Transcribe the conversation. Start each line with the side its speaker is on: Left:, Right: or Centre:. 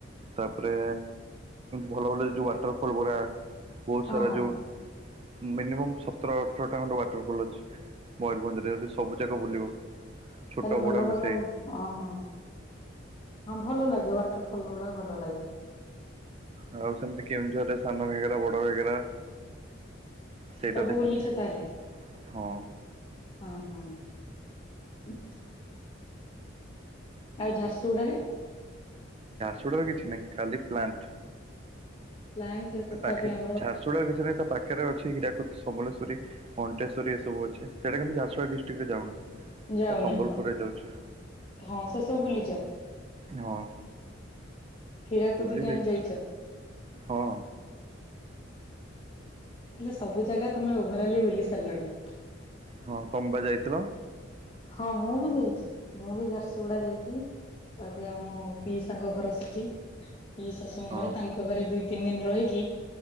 Right: ତା'ପରେ ଭଲ ଭଲ ଯଉ ୱାଟର ଫଲ୍ ଗୁରା ବହୁତ୍
Left: ହଁ
Right: ସାରା
Left: ହଁ
Right: ଯଉ, ମିନିମମ୍ ସତର ଅଠରଟା ଖଣ୍ଡେ ୱାଟର୍ ଫଲ୍ ଅଛି। ମୟୂର୍ଭଞ୍ଜ୍ ରେ ଯଦି ସବୁ ଜାକ ବୁଲିବ। ଛୋଟ
Left: ତା----ଲେ ଭଲ
Right: ବଡ଼
Left: ଭଲ
Right: ମିଶେଇ
Left: ହଁ! ଭଲ ଲାଗେ ୱାଟର୍ ଫଲ୍ ଗୁଡ଼ା ଭଲ ଲାଗେ।
Right: ଆଉ ସେମ୍ତି କେଉଁଝରରେ ସାନ ଗେରା ବଡ଼ ଗେରା। ସେଇଟା
Left: ସବୁ
Right: ଦେଖିଚି
Left: ବୁଲିଛ ତାହେଲେ?
Right: ହଁ।
Left: <inaudible> ଆଉ ଝା---ସୁଗୁଡ଼ାରେ
Right: ଗୁଡ଼ାରେ କିଛି ନାଇଁ ଖାଲି ପ୍ଲାଣ୍ଟ୍।
Left: <inaudible>
Right: ଝା--ସୁଗୁଡ଼ା
Left: ଆମର
Right: ରେ କିଛି ନାହିଁ, ତା ପାଖରେ ଅଛି ହୀରାକୁଦ୍ ସମଲେଶ୍ଵରୀ ଣ୍ଟେଶ୍ୱରୀ ଏସବୁ ଅଛି। ସେଟା କିନ୍ତୁ ଝାର୍ସଗୁଡ଼ା ଡିଷ୍ଟ୍ରିକ୍ ରେ ଯାଉନି,
Left: ଯାଉନି
Right: ସମ୍ବଲପୁର୍
Left: ହଁ
Right: ରେ ଯାଉଚି।
Left: ହଁ! ସେ ସବୁ ବୁଲି
Right: ହଁ!
Left: ହୀରାକୁଦୁ
Right: ବୁଲି
Left: ଡ଼୍ୟାମ୍‌
Right: ଦେଇଛି
Left: ଯାଇଚ?
Right: ହଁ
Left: ସବୁ ଜାଗା ତମେ ଓଭରାଲି ବୁଲି ସାର୍ଲଣି।
Right: ହଁ ତମେ ପରା ଯାଇଥିଲ।
Left: ହଁ ମୁଁ ବି ଯାଇଛି। ମୁଁ ବି ଝାରସୁଗୁଡା ଯାଇଛି। ତାପରେ ଆମ ପିଇସାଙ୍କ ଘର ସେଠି ପିଇ ଶାଶୁଙ୍କ
Right: ହଁ
Left: ଘରେ ତାଙ୍କ ଘରେ ଦୁଇ ତିନି ଦିନ ରହିକି